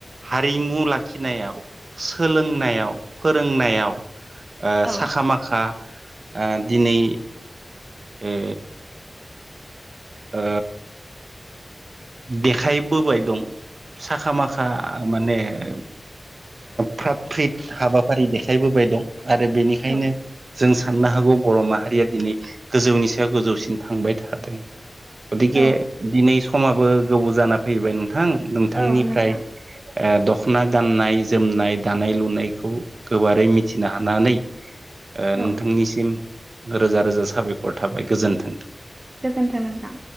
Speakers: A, on the right; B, on the right.
A: हारिमु लाखिनायाव सोलोंनायाव फोरोंनायाव ओ
B: औ
A: साखा माखा ओ दिनै ए ओ देखायबोबाय दं साखा माखा माने ओ फ्रात फ्रि हाबाफारि देखायबोबाय दं आरो बेनिखायनो
B: औ
A: जों साननो हागौ बर' माहारिया दिनै गोजौनि सायाव गोजौसिन थांबाय थादों गथिखे
B: औ
A: दिनै समाबो गोबाव जाना फैबाय नोंथां नोंथांनिफ्राय
B: औ नोंथां
A: ओ दख'ना गाननाय जोमनाय दानाय लुनायखौ गोबारै मिथिनो हानानै ओ
B: औ
A: नोंथांनिसिम रोजा रोजा साबायखर थाबाय गोजोन्थों
B: गोजोन्थों नोंथां